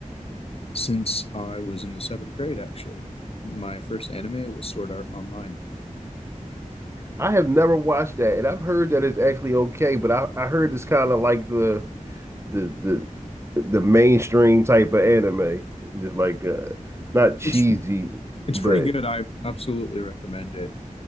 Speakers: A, on the left; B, on the right.
A: Since I was in the seventh grade, actually, my first anime was Sword Art Online.
B: I have never watched that, and I've heard that it's actually okay, but I, I heard it's kind of like the the the the mainstream type of anime, just like uh not cheesy,
A: It's it's
B: but
A: pretty good. I absolutely recommend it.